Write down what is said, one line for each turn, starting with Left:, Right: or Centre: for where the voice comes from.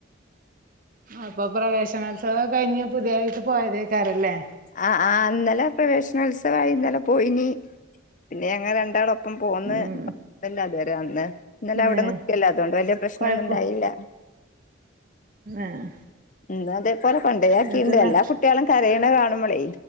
Right: അപ്പൊ പ്രവേശനോത്സവം കഴിഞ്ഞ് പുതിയതായിട്ട് പോയതേക്കാരല്ലേ?
Left: ആഹ് ആഹ് ഇന്നലെ പ്രവേശനോത്സവായി ഇന്നലെ പോയിനി പിന്നെ ഞങ്ങള് രണ്ടാളും ഒപ്പം പോന്ന്
Right: ഉം
Left: <unintelligible> അത് വരെ വന്ന് ഇന്നലെ അവിടെ
Right: ഏഹ്
Left: നിക്കല്ലോ അതുകൊണ്ട് വേല്ല്യേ പ്രശ്നം
Right: കൊഴപ്പം
Left: ഒന്നും ഉണ്ടായില്ല
Right: ഏഹ്
Left: ഇന്നും അതേപോലെ കോണ്ടോയാക്കിണ്ട്
Right: എന്നിട്ടെന്താ
Left: എല്ലാ കുട്ടി ട്ട്യാളും കരയ്ണ കാണുമ്പളേ